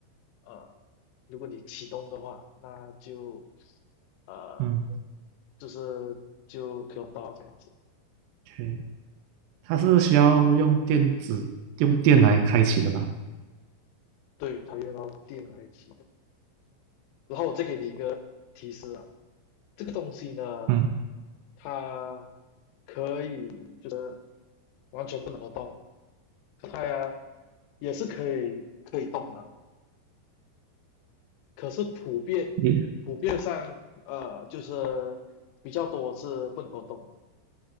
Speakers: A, on the left; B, on the right.
A: 呃，如果你启动的话，那就呃，
B: 嗯
A: 就是就可以用到这样子。
B: ，OK，它是需要用电子用电来开启的吗？
A: 对，它用到电来启动。然后我再给你一个提示啊，这个东西呢，
B: 嗯。
A: 它可以就是完全不能够动，它呀也是可以可以动的，可是普遍普遍上呃就是比较多是不能够动的
B: 你